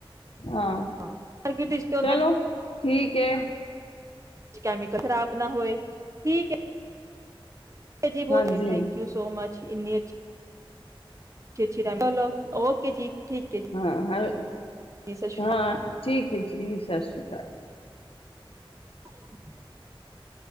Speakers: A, on the left (about 75°); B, on the right (about 35°).
A: ਹਾਂ,
B: ਮਾਰਕੀਟ ਵਿੱਚ ਤੇ
A: ਚਲੋ ਠੀਕ ਹੈ।
B: ਕੀ, ਕੈਮੀਕਲ ਖਰਾਬ ਨਾ ਹੋਏ? ਠੀਕ ਹੈ। ਜੀ, ਬਹੁਤ
A: ਹਾਂਜੀ
B: ਏ ਥੈਂਕ ਯੂ ਸੋ ਮਚ ਕਿੰਨੇ 'ਚ' ਵਿੱਚ ਰਹਿੰਦੇ ਨੇ, ਓਕੇ ਜੀ ਠੀਕ ਐਂ ਜੀ।
A: ਹਾਂ ਹਾਂ
B: ਸਤਿ ਸ਼੍ਰੀ
A: ਹਾਂ,
B: ਅਕਾਲ।
A: ਠੀਕ ਹੈ ਜੀ ਸਤਿ ਸ਼੍ਰੀ ਅਕਾਲ। ਹ
B: <unintelligible>